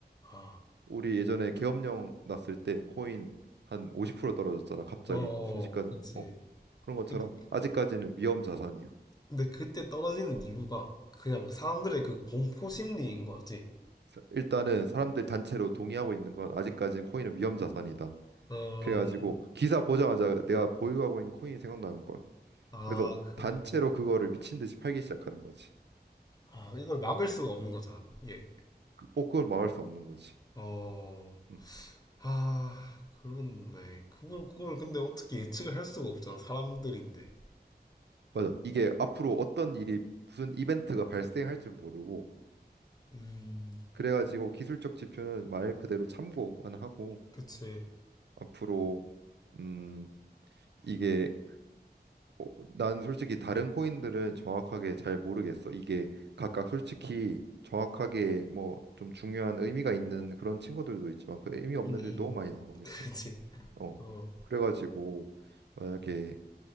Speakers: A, on the left; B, on the right.
A: 아,
B: 우리 예전에 계엄령 났을 때 코인 한 50% 떨어졌잖아, 갑자기
A: 어, 어,
B: 순식간에.
A: 그렇지.
B: 어, 그런 것처럼
A: 근데,
B: 아직까지는 위험 자산이야.
A: 근데 그때 떨어지는 이유가 그냥 사람들의
B: 음.
A: 그 공포 심리인 거지.
B: 사- 일단은 사람들 단체로 동의하고 있는 건 아직까지는 코인은 위험 자산이다.
A: 어,
B: 그래가지고 기사 보자마자 내가 보유하고 있는 코인이 생각나는 거야.
A: 아,
B: 그래서
A: 그래.
B: 단체로 그거를 미친 듯이 팔기 시작하는 거지.
A: 아, 이걸 막을 수가 없는 거잖아. 이게.
B: 그- 어, 그걸 막을 수 없는 거지.
A: 어,
B: 음,
A: 아, 그렇네. 그걸, 그걸
B: 음.
A: 근데 어떻게 예측을 할 수가 없잖아. 사람들인데.
B: 맞아. 이게 앞으로 어떤 일이 무슨 이벤트가 발생할지 모르고
A: 음,
B: 그래가지고 기술적 지표는 말 그대로 참고만 하고
A: 그치.
B: 앞으로 음 이게 어, 난 솔직히 다른 코인들은 정확하게 잘 모르겠어. 이게 각각 솔직히 정확하게 뭐 좀 중요한 의미가 있는 그런 친구들도 있지만 그 의미 없는
A: 음,
B: 일이
A: 음.
B: 너무 많이 나오고
A: <laughs>
B: 있어.
A: 그치.
B: 어.
A: 어.
B: 그래가지고 만약에